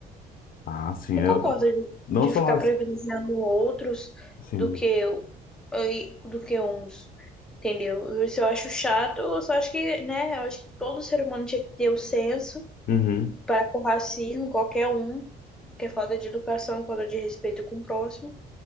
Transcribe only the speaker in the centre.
Eu
concordo de,
de
ficar
privilegiando outros
do que o- e- do que uns, entendeu? Isso eu acho chato, eu só acho que, né, eu acho que todo ser humano tinha que ter o senso
para com o racismo, qualquer um, que é falta de educação, falta de respeito com o próximo.